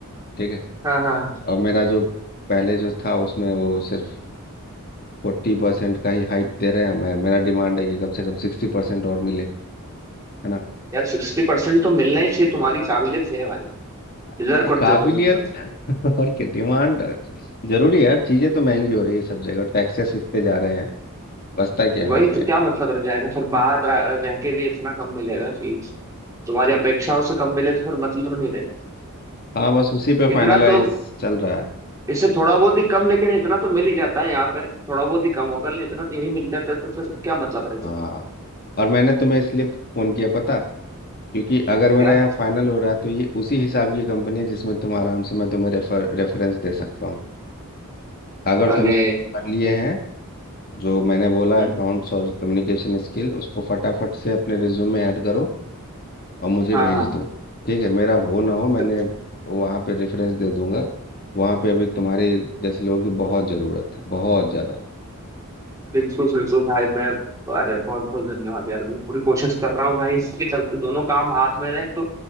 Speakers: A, on the left (about 45°); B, on the right (about 15°).
A: ठीक है
B: हाँ हाँ
A: अब मेरा जो पहले जो था उसमें वो सिर्फ फोर्टी परसेंट का ही हाइट दे रहे हैं मैं मेरा डिमांड है कि कम से कम सिक्सटी परसेंट और मिले है ना
B: यार सिक्सटी परसेंट तो मिलना ही चाहिए तुम्हारी काबिलियत है भाई
A: आ,
B: डिजर्व करते
A: काबिलियत
B: हो तुम इतना
A: <laughs> और क्या डिमांड जरूरी है यार चीजें तो महंगी हो रही है सब जगह टैक्सेस इतने जा रहे हैं बचता क्या है
B: वही
A: हाथ में
B: तो क्या
A: यार
B: मतलब रह जाएगा फिर बाहर रह रह के भी इतना कम मिलेगा कि तुम्हारी अपेक्षाओं से कम मिले तो फिर मतलब नहीं रह जाता
A: हाँ बस उसी पे
B: इतना
A: फाइनलाइज
B: तो
A: चल रहा है
B: इससे थोड़ा बहुत ही कम लेकिन इतना तो मिल ही जाता है यहाँ पे थोड़ा बहुत ही कम होगा लेकिन इतना तो यही मिल जाता है तो फिर क्या मतलब रह
A: हाँ
B: जाएगा
A: और मैंने तुम्हें इसलिए फोन किया पता क्योंकि अगर मेरा
B: क्या
A: यहाँ फाइनल हो रहा है तो ये उसी हिसाब की कंपनी है जिसमें तुम आराम से मैं तुम्हें रेफर रेफरेंस दे सकता हूँ अगर तुमने
B: अरे
A: वो कर लिए हैं जो मैंने बोला
B: हम्म
A: अकाउंट्स और कम्युनिकेशन स्किल उसको फटाफट से अपने रिज्यूम में ऐड करो और मुझे
B: हाँ
A: भेज
B: हाँ
A: दो ठीक है मेरा हो ना हो
B: बि-
A: मैंने वहाँ पे रेफरेंस दे दूंगा वहाँ पे अभी तुम्हारे जैसे लोगों की बहुत ज़रूरत है बहुत ज़्यादा
B: बिल्कुल बिल्कुल भाई मैं अरे बहुत बहुत धन्यवाद यार मैं पूरी कोशिश कर रहा हूँ भाई इसके चलते दोनों काम हाथ में रहे तो